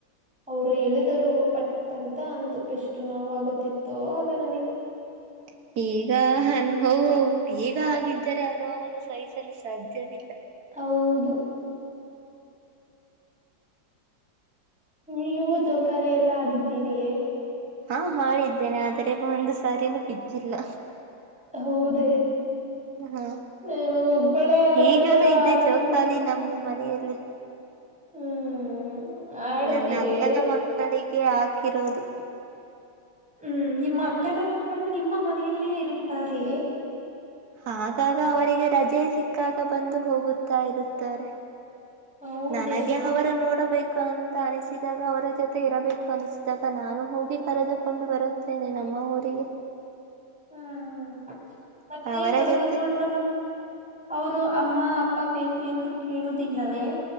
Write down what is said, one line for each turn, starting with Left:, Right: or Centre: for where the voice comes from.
Centre: ಅವರು ಎಳಿದರು ಪಟ್ಟಂತ ಅಂದು ಎಷ್ಟು ನೋವು ಆಗುತ್ತಿತ್ತೊ ಆಗ ನನಗೆ.
Right: <inaudible> ಈಗ ಹ ಹ ಈಗ ಆಗಿದ್ದರೆ ಅನುಭವನ್ನು ಸಹಿಸಲು ಸಾಧ್ಯವಿಲ್ಲ
Centre: ಹೌದು ನೀವು ಜೋಕಾಲಿ ಎಲ್ಲಾ ಆಡಿದ್ದೀರಿಯೇ
Right: ಹಾ ಹಾಿದ್ದೇನೆ ಆದೆ ಒಂದು್ ಸಾರಿನೂ ಬಿದ್ದಿಲ್ಲ
Centre: ಹೌದ
Right: ಹ
Centre: ನಾನು ಒಬ್ಬಳೆ ಆತರ
Right: ಈಗಲೂ ಇದೆ
Centre: ಆಳಿಕಂಟ
Right: ಜೋಕಾಲಿ ನಮ್ಮ ಮನೆಯಲ್ಲಿ
Centre: ಹ್ಮ್ ಆಡುತ್ತೀರಿ
Right: ನನ್ನ ಅಕ್ಕನ ಮಕ್ಕಳಿಗೆ ಹಾಕಿರೋದು
Centre: ಹ್ಮ್ ನಿಮ್ಮ ಅಕ್ಕನ ಮಕ್ಕಳು ನಿಮ್ಮ ಮನೆಯಲ್ಲೇ ಇರುತ್ತಾರೇ
Right: ಹಾಗಾಗ ಅವರಿಗೆ ರಜೆ ಸಿಕ್ಕಾಗ ಬಂದು ಹೋಗುತ್ತಾ ಇರುತ್ತಾರೆ
Centre: ಹೌದೇ
Right: ನನಗೆ ಅವರು ನೋಡಬೇಕು ಅಂತ ಅನಿಸಿದಾಗ ಅವರ ಜೊತೆ ಇರಬೇಕು ಅನಿಸಿದಾಗ ನಾನು ಹೋಗಿ ಕರೆದುಕೊಂಡು ಬರುತ್ತೇನೆ ನಮ ಅಮ್ಮ ಊರಿಗೆರಿಗೆ
Centre: ಹ್ಮ್ ಮತ್ತೆ
Right: ಅವರ
Centre: ಕರೆದುಕೊಂಡುವ
Right: ಜೊತೆ
Centre: ಅವರು ಅಮ್ಮ ಅಪ್ಪ ಬೇಕು ಎಂದು ಕೇಳುವುದಿಲ್ಲವೇ